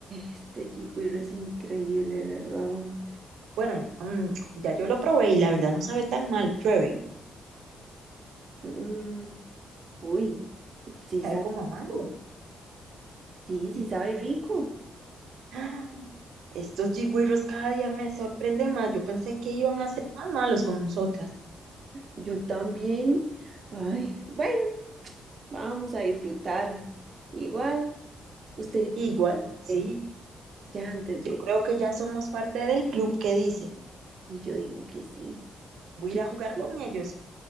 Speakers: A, on the right (about 35°); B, on the right (about 85°).
A: este chigüiro es increíble, ¿verdad?
B: Bueno, ya, mm, ya yo lo probé y la verdad no sabe tan mal, pruébelo.
A: Mm, mm. uy, sí
B: Sabe
A: sabe
B: como
A: rico.
B: a mango.
A: Sí, sí sabe rico.
B: <gasps> ¡Ah! Estos jigüiros cada día me sorprenden más. Yo pensé que iban a ser más malos con nosotras.
A: Yo también. Ay, bueno, vamos a disfrutar. Igual, usted
B: Igual, sí.
A: eh, ya antes
B: Yo
A: de...
B: creo que ya somos parte del club que dice,
A: Y yo digo que sí.
B: voy
A: ¿Qué
B: a ir a
A: será
B: jugar con
A: lo,
B: ellos.